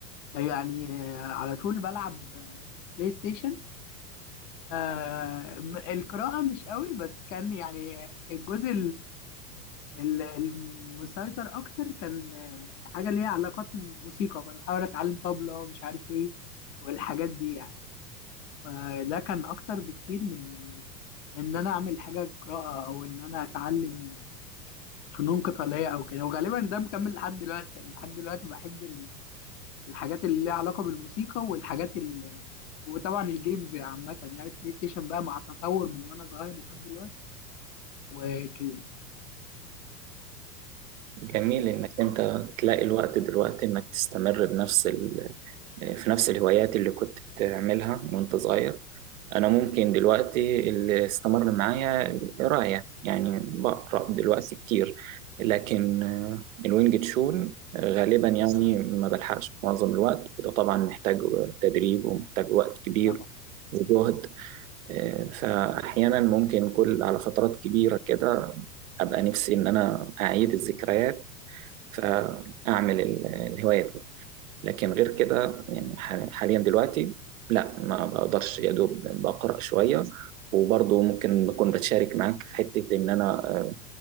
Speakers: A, on the left; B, on the right.
A: يعني آه، على طول بلعب آه، بلاي ستيشن آه، م- القراءه مش قوي بس كان يعني الجزء ال- المسيطر اكتر كان آه، حاجه ليها علاقات موسيقى كنت بحاول اتعلم طبلة مش عارف ايه والحاجات دي يعني فده كان اكتر بكتير من ال... من ان انا اعمل حاجه قراءه او ان انا اتعلم فنون قتاليه او كده وغالبا ده مكمل لحد دلوقتي يعني لحد دلوقتي بحب ال- الحاجات اللي ليها علاقه بالموسيقى والحاجات ال... وطبعا الجيمز عامه يعني البلاي ستيشن بقى مع التطور من وانا صغير لحد دلوقتي وكده
B: جميل انك انت تلاقي الوقت دلوقتي انك تستمر بنفس في نفس الهوايات اللي كنت بتعملها وانت صغير انا ممكن دلوقتي اللي استمر معايا القرايه يعني بقرا دلوقتي كتير لكن آه، الوينج تشون غالبا يعني ما بلحقش معظم الوقت وده طبعا محتاج تدريب ومحتاج وقت كبير
A: طبعا
B: وجهد آه، فاحيانا ممكن كل على فترات كبيره كده ابقى نفسي ان انا اعيد الذكريات فاعمل ال- الهوايه دي لكن غير كده يعني ح- حاليا دلوقتي لا ما بقدرش يا دوب بقرأ شوية وبرضه ممكن بكون بتشارك معاك في حتة إن أنا آه،